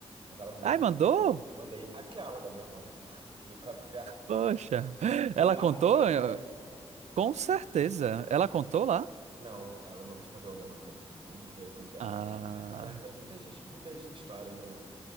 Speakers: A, on the right (about 50°); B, on the right (about 85°).
A: Mas ela não respondeu.
B: Ai, mandou?
A: Mandei aquela da minha mãe. <laughs> Qual que você acha?
B: Poxa, ela
A: Não dava
B: contou?
A: um podcast?
B: Com certeza. Ela contou lá?
A: Não, ela não respondeu ainda não para mim. Vamos ver se um dia ela,
B: Ah,
A: ela recebe muitas, res- muitas histórias, né?